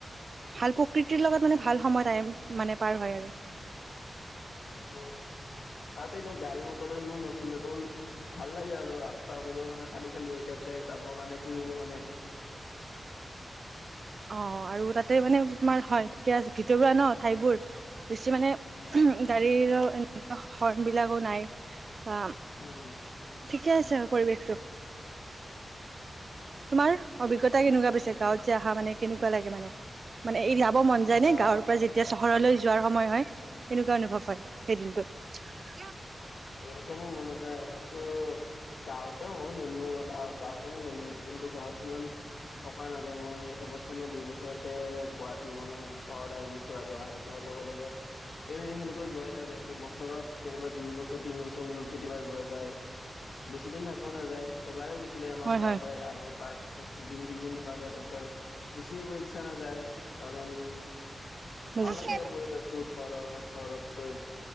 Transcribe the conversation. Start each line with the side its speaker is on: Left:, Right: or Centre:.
Right: ভাল প্ৰকৃতিৰ লগত মানে ভাল সময় তাইম মানে পাৰ হয় আৰ।
Left: ঠিকেই আৰু তাত একদম গাড়ী মটৰ এনাও নচলে তুন, ভাল লাগে আৰু ৰাস্তাবোৰো মা নে খালী খালী হৈ থাকে, যাব কাৰণে, ফুৰিব কাৰণে।
Right: অ', আৰু তাতে মানে তোমাৰ হয় ঠিকে আছে, ভিতৰুৱা ন ঠাইবোৰ বেছি মানে
Left: হয়
Right: গাড়ীৰৰ এনেকা হৰ্ণবিলাকো নাই। বা
Left: উম
Right: ঠিকে আছে আৰু পৰিৱেশটো তোমাৰ অভিজ্ঞতা কেনেকুৱা পাইছা, গাঁৱত যে অহা মানে কেনেকুৱা লাগে মানে মানে এৰি যাব মন
Left: মোৰ
Right: যায় নে?
Left: গাঁৱত
Right: গাঁৱৰ পৰা যেতিয়া চহৰলৈ য যোৱাৰ সময় হয়, কেনেকুৱা অনুভৱ হয় সেই দিনটোত?
Left: এৰি যাব মন নাযায়। মইতো গাঁৱতে মৰো জন্ম হৈ <unintelligible> তেওঁ জন্ম হৈছো, কিন্তু গাঁৱত ইমান থকা নাযায়, মই এবছৰ ন দুইবছৰতে গুৱাহাটী মানে চহৰত আহি গৈছো, আৰু আহি যোৱাৰ লগে লগে তুমি সেনেকৈ যোৱাই নাযায়, ত' বছৰত কেতিয়াবা দুই বছৰত কেতিয়াবা যায়, বেছি দিন নাযায় এবাৰে গৈছিলো এমাহ
Right: হয়
Left: থকাকৈ,
Right: হয়
Left: আৰু তাৰ পিছত দুদিন তিনদিন থাকাকে তাৰপিছত গুছি আহিব ইচ্ছা নাযায়, কাৰণ
Right: বুজিছো
Left: ভাল লাগে আৰু পৰিৱেশটো, চহৰৰ চহৰতকৈ